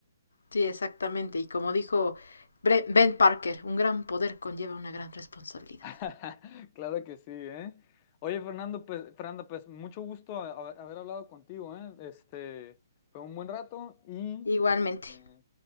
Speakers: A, on the left; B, on the left.
A: Sí, exactamente. Y como dijo Bre- Ben Parker, un gran poder conlleva una gran responsabilidad.
B: <laughs> Claro que sí, ¿eh? Oye, Fernando, pues, Fernanda, pues mucho gusto a- a- haber hablado contigo, ¿eh? Este, fue un buen rato y
A: Igualmente.
B: este,